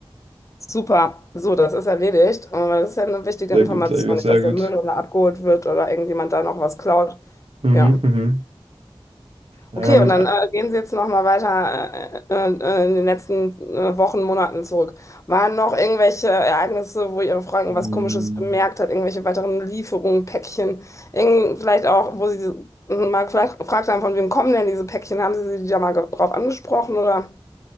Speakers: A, on the left; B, on the right.
A: Super. So, das ist erledigt. Äh, Das ist ja eine wichtige
B: Sehr
A: Information,
B: gut, sehr gut,
A: nicht,
B: sehr
A: dass
B: gut.
A: der Müll oder abgeholt wird oder irgendjemand da noch was klaut.
B: Mhm,
A: Ja.
B: mhm. Ähm,
A: Okay, und dann
B: äh,
A: äh, gehen Sie jetzt noch mal weiter äh, äh, äh, in den letzten äh, Wochen, Monaten zurück. Waren noch irgendwelche Ereignisse, wo Ihre Frau irgendwas
B: mh.
A: Komisches bemerkt hat, irgendwelche weiteren Lieferungen, Päckchen, irgend, vielleicht auch, wo Sie äh, mal vielleicht gefragt haben, von wem kommen denn diese Päckchen? Haben Sie sie da mal ge- drauf angesprochen oder?